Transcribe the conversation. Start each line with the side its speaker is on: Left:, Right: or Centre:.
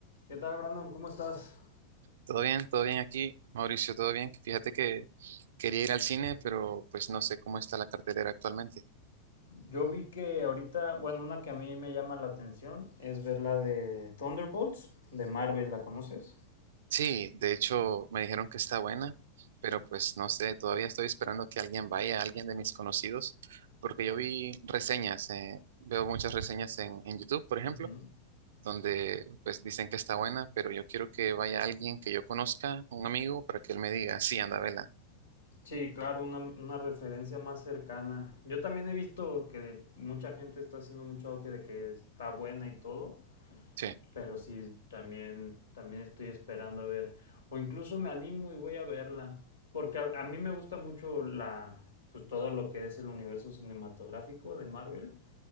Left: ¿Qué tal, Brandon? ¿Cómo estás?
Right: Todo bien, todo bien aquí, Mauricio, todo bien. Fíjate que quería ir al cine, pero pues no sé cómo está la cartelera actualmente.
Left: Yo vi que ahorita, bueno, una que a mí me llama la atención es ver la de Thunderbolts, de Marvel, ¿la conoces?
Right: Sí, de hecho me dijeron que está buena, pero pues no sé, todavía estoy esperando que alguien vaya, alguien de mis conocidos, porque yo vi reseñas, eh, veo muchas reseñas en, en YouTube, por ejemplo,
Left: Ujú.
Right: donde pues dicen que está buena, pero yo quiero que vaya alguien que yo conozca, un amigo, para que él me diga, sí, anda, vela.
Left: Sí, claro, una, una referencia más cercana. Yo también he visto que mucha gente está haciendo mucho auge de que está buena y todo,
Right: Sí,
Left: pero sí, también, también estoy esperando a ver, o incluso me animo y voy a verla, porque a, a mí me gusta mucho la, pues todo lo que es el universo cinematográfico de Marvel.